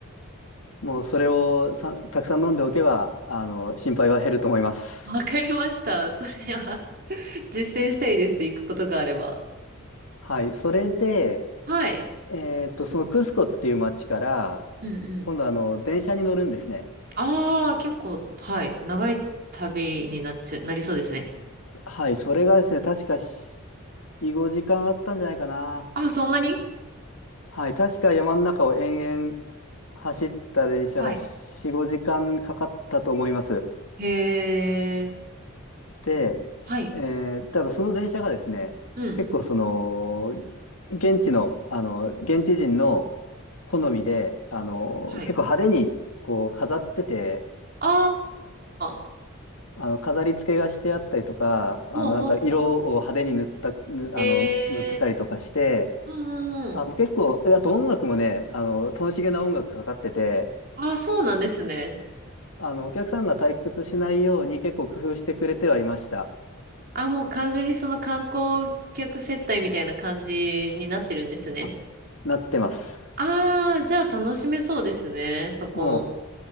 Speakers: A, on the left; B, on the right.
A: もうそれをさ、たくさん飲んでおけば、あの、心配は減ると思います。
B: わかりました。それは <laughs> 実践したいです。行くことがあれば。
A: はい、それで、
B: はい。
A: えーっと、そのクスコっていう町から、
B: うんうん。
A: 今度、あの、電車に乗るんですね。
B: ああ、結構、はい。長い旅になっちゃ、なりそうですね。
A: はい、それがですね、確か4、5時間あったんじゃないかな。
B: あ、そんなに
A: はい、確か山の中を延々走った電車が4、
B: はい。
A: 5時間かかったと思います。
B: へえ。
A: で、
B: はい。
A: えーただその電車がですね、
B: うん。
A: 結構その、現地の、あの、現地人の好みで、あの、
B: はい。
A: 結構派手にこう飾ってて、
B: ああ、
A: あの、飾り付けがしてあったりとか、あの、
B: ほうほう。
A: なんか色を派手に塗った、ぬあの、
B: へえ。
A: 塗ってたりとかして、
B: うんうんうん。
A: あの、結構、えあと音楽もね、あの、楽しげな音楽かかってて、
B: あ、そうなんですね。
A: あの、お客さんが退屈しないように結構工夫してくれてはいました。
B: あ、もう完全にその観光客接待みたいな感じになってるんですね。
A: あなってます。
B: ああ、じゃあ楽しめそうですね、そこも。
A: も